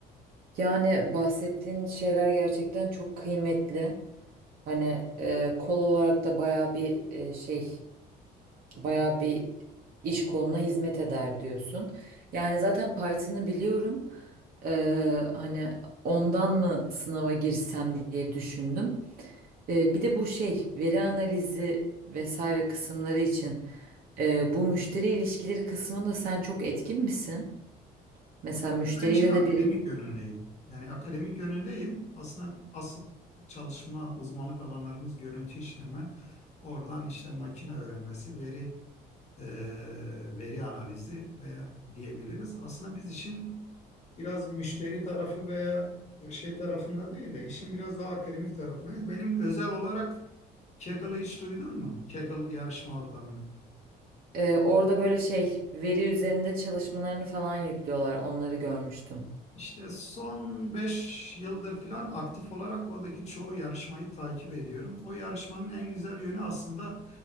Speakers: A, on the right (about 60°); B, on the left (about 40°).
A: Yani bahsettiğin şeyler gerçekten çok kıymetli. Hani e, kol olarak da bayağı bir e, şey Bayağı bir iş koluna hizmet eder diyorsun. Yani zaten Python'ı biliyorum. Ee, hani ondan mı sınava girsem diye düşündüm. Ee, bir de bu şey veri analizi vesaire kısımları için e, bu müşteri ilişkileri kısmında sen çok etkin misin? Mesela müşteriyle
B: Ben işin akademik
A: de bir
B: yönündeyim. Yani akademik yönündeyim. Aslında asıl çalışma uzmanlık alanlarımız görüntü işleme, oradan işte makine öğrenmesi, veri eee, veri analizi veya diyebiliriz. Aslında biz işin biraz müşteri tarafı veya şey tarafında değil de işin biraz daha akademik tarafındayız. Benim özel olarak Kaggle'ı hiç duydun mu? Kaggle yarışma ortamını.
A: Ee, orada böyle şey veri üzerinde çalışmalarını falan yüklüyorlar. Onları görmüştüm.
B: İşte son 5 yıldır falan aktif olarak oradaki çoğu yarışmayı takip ediyorum. O yarışmanın en güzel yönü aslında